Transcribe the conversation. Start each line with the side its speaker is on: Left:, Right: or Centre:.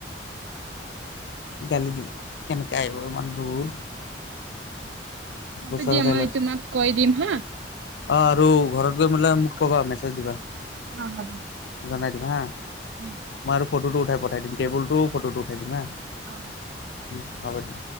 Left: গালি দিব কেনেকে আহিব ইমান দূৰ।
Right: হ'ব
Left: ওচৰত
Right: দিয়া
Left: আহিলে
Right: মই তোমাক কৈ দিম হা।
Left: অ', আৰু ঘৰত গৈ মোলে মোক ক'বা মেছেজ দিবা।
Right: অ', হ'ব।
Left: জনাই দিবা হা।
Right: উম।
Left: মই আৰু ফটো উঠাই পঠাই দিম কেবুল টোও ফটো উঠাই দিম হা।
Right: অ'।
Left: উম হ'ব দিয়া।